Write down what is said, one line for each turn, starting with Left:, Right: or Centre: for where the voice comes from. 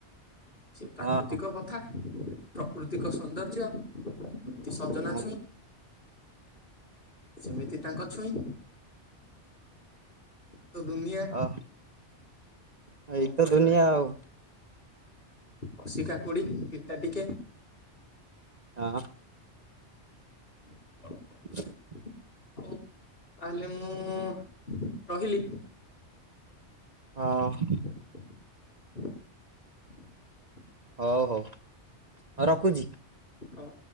Left: ସେ ପ୍ରାକୃତିକ
Right: ହଁ ହଁ
Left: କଥା। ପ୍ରକୃତିକ ସୌନ୍ଦର୍ଯ୍ୟ ଏମିତି ସଜନା
Right: ହଁ
Left: ଛୁଇଁ। ସେମିତି ତାଙ୍କ ଛୁଇଁ ତ ଦୁନିଆ
Right: ହଁ। ହ ଏଇତ
Left: କଣ କରିବା
Right: ଦୁନିଆ ଆଉ
Left: କସି କାକୁଡି ପିତା ଟିକେ।
Right: ହଁ।
Left: କଣ
Right: <inaudible>
Left: କରିବା ହଉ ତାହେଲେ ମୁଁ ରହିଲି।
Right: ହଁ। ହଁ
Left: <inaudible>
Right: ହଉ ହଉ ହଉ ରଖୁଛି।
Left: ହଁ।